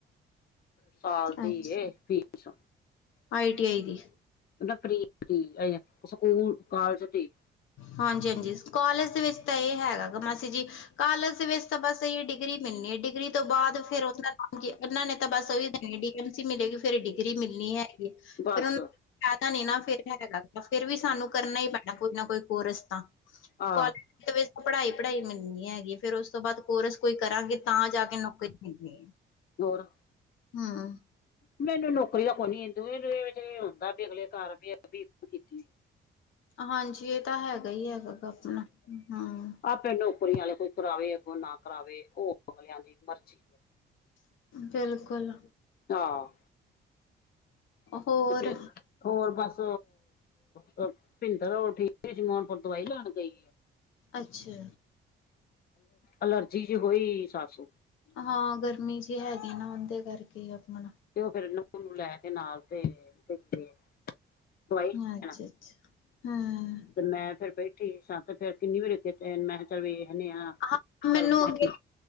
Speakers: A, on the left; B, on the left.
A: ਸਾਲ
B: ਅੱਛਾ
A: ਦੀ ਏ ਫੀਸ
B: ਆਈ ਟੀ ਆਈ ਦੀ
A: ਨਾ ਪ੍ਰੀਤ ਦੀ ਅ ਸਕੂਲ ਕਾਲਜ ਦੀ
B: ਹਾਂਜੀ ਹਾਂਜੀ ਕਾਲਜ ਦੇ ਵਿੱਚ ਤਾਂ ਇਹ ਹੈਗਾ ਮਾਸੀ ਜੀ ਕਾਲਜ਼ ਦੇ ਵਿੱਚ ਤਾਂ ਬਸ ਇਹੀ ਡਿਗਰੀ ਮਿਲਣੀ ਹੈ, ਡਿਗਰੀ ਤੋਂ ਬਾਅਦ ਫਿਰ ਉਹਦਾ ਕਾਮ ਕੀ ਉਹਨਾਂ ਨੇ ਤਾਂ ਬਸ ਉਹੀ ਡੀ ਐਮ ਸੀ ਮਿਲੇਗੀ, ਫਿਰ ਡਿਗਰੀ ਮਿਲਣੀ ਹੈਗੀ। ਫਿਰ,
A: ਬਸ
B: ਜਿਆਦਾ ਨੀ ਨਾ, ਫਿਰ <unintelligible> ਹੈਗਾ। ਫਿਰ ਵੀ ਸਾਨੂੰ ਕਰਨਾ ਹੀ ਪੈਣਾ, ਕੁਛ ਨਾ ਕੋਈ ਕੋਰਸ ਤਾਂ
A: ਆਹ
B: ਕਾਲ ਫਿਰ ਵੀ ਤਾਂ ਪੜ੍ਹਾਈ-ਪੜ੍ਹਾਈ ਮਿਲਣੀ ਹੈਗੀ, ਫੇਰ ਉਸ ਤੋਂ ਬਾਅਦ ਕੋਰਸ ਕੋਈ ਕਰਾਂਗੇ ਤਾਂ, ਜਾਕੇ ਨੌਕਰੀ ਮਿਲਣੀ ਏ,
A: ਹੋਰ
B: ਹੂੰ।
A: ਮੈਨੂੰ ਨੌਕਰੀ ਦਾ ਕੋਈ ਨੀ, ਦੁਏ ਨੀ ਵੇਖ-ਵੇਖ ਏ ਹੁੰਦਾ, ਵੀ ਅਗਲੇ ਘਰ ਬੀਏਡ ਕੀਤੀ ਹੋਈ।
B: ਹਾਂਜੀ, ਇਹ ਤਾਂ ਹੈਗਾ ਹੀ ਹੈਗਾ, ਇਕ ਅਪਣਾ ਹਾਂ।
A: ਫਿਰ ਨੌਕਰੀਆਂ ਵਾਲੇ ਕੋਈ ਕਰਾਵੇ, ਅੱਗੋਂ ਨਾ ਕਰਾਵੇ, ਉਹ ਅਗਲਿਆਂ ਦੀ ਮਰਜ਼ੀ।
B: ਬਿਲਕੁੱਲ।
A: ਆਹ!
B: ਹੋਰ
A: ਤੇ ਫਿਰ, ਹੋਰ ਬਸ ਪ੍ਹੀੰਦਰ ਉਹ ਠੀਕ? ਜ਼ਮਾਨਪੁਰ ਦਵਾਈ ਲੈਣ ਗਈ ਏ?
B: ਅੱਛਾ।
A: ਅਲਰਜੀ ਜੀ ਹੋਈ, ਸੱਸ
B: ਹਾਂ, ਗਰਮੀ ਜੀ ਹੈਗੀ ਨਾ, ਉਹਦੇ ਕਰਕੇ ਆਪਣਾ
A: ਤੇ, ਉਹ ਫੇਰ ਨੂੰਹ ਨੂੰ ਲੈਕੇ ਨਾਲ, ਤੇ ਪੇਕੇ ਦਵਾਈ ਲੈਣ
B: ਅੱਛਾ-ਅੱਛਾ, ਹਾਂ।
A: ਤੇ ਮੈਂ ਫਿਰ ਬੈਠੀ ਸਾਂ, ਤੇ ਫਿਰ ਕਿੰਨੀ ਵਾਰੀ ਅੱਗੇ ਤੇ, ''ਮੈਂ ਚੱਲ ਵੇਖਨੇ ਆਂ,
B: ਹਾਂ ਮੈਨੂੰ
A: ਚੱਲ ਮਾਮੀ,
B: ਅੱਗੇ